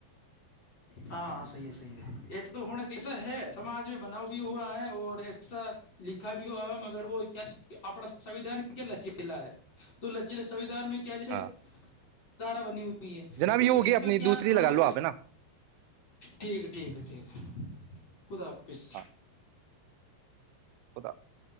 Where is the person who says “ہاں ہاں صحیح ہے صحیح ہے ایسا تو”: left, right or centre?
Left